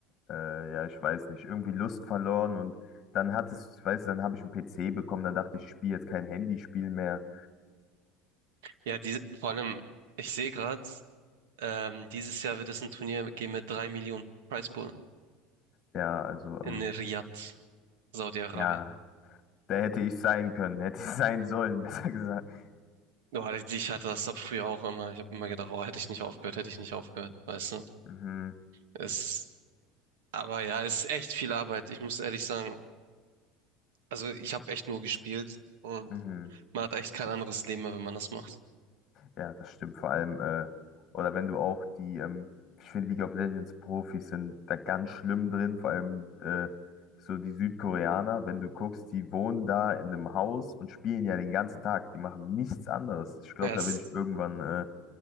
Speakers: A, on the left; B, on the right.
A: äh, ja, ich weiß nicht. Irgendwie Lust verloren und dann hat es, ich weiß, dann habe ich einen PC bekommen, dann dachte ich, ich spiele jetzt kein Handyspiel mehr.
B: Ja, die, vor allem, ich sehe gerade, ähm, dieses Jahr wird es ein Turnier geben mit drei Millionen Prizepool
A: Ja, also,
B: in
A: ähm,
B: Riyadh, Saudi-Arabien.
A: ja, da hätte ich sein können, <laughs> hätte ich sein sollen, <laughs> besser gesagt.
B: Oh, ich hatte das doch früher auch immer. Ich habe immer gedacht, oh, hätte ich nicht aufgehört, hätte ich nicht aufgehört, weißt du?
A: Mhm,
B: Es, aber ja, es ist echt viel Arbeit. Ich muss ehrlich sagen, also ich habe echt nur gespielt und
A: mhm.
B: Man hat echt kein anderes Leben mehr, wenn man das macht.
A: Ja, das stimmt vor allem. Äh, oder wenn du auch die, ähm, ich finde League of Legends Profis sind da ganz schlimm drin, vor allem äh, so die Südkoreaner, wenn du guckst, die wohnen da in einem Haus und spielen ja den ganzen Tag. Die machen nichts anderes. Ich glaube,
B: Ja, es,
A: da würde ich irgendwann äh,